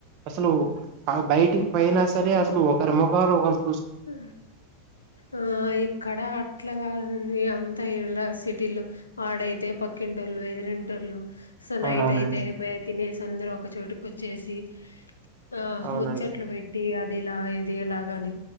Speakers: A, on the right; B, on the left.
A: అస్సలు ఆ బై ట్కి పోయ్న సరే అసలు ఒకరి మోకాలు ఒకరు టు
B: హు ఆ ఇక్కడ అట్లగాదు ఏ అంతా ఈళ్ళ సిటీలో ఆడైతే పక్కింటోళ్ళు ఎదిరింటోళ్ళు సో
A: అవునవునండి
B: నైటైతే అయిపాయె తినేసందరూ ఒక చోటుకొచ్చేసి ఆహ్
A: అవునండి
B: ముచ్చట్లు పెట్టి అది ఇలా ఇది ఎలాగాని